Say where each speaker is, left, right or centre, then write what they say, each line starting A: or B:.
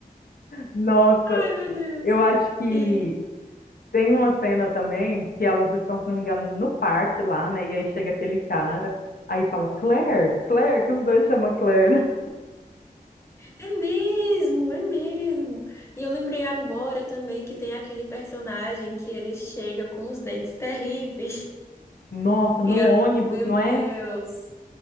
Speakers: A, on the left (about 70°); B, on the left (about 15°).
A: Nossa,
B: Ai, meu Deus.
A: eu acho que
B: E
A: tem uma cena também que elas estão, se não me engano, no parque lá, né? E aí chega aquele cara, aí fala Claire, Claire, que os dois chamam Claire, né?
B: é mesmo, é mesmo. E eu lembrei agora também que tem aquele personagem que ele chega com os dentes terríveis. <laughs>
A: Nossa, no
B: E a...
A: ônibus,
B: Meu
A: não
B: Deus.
A: é?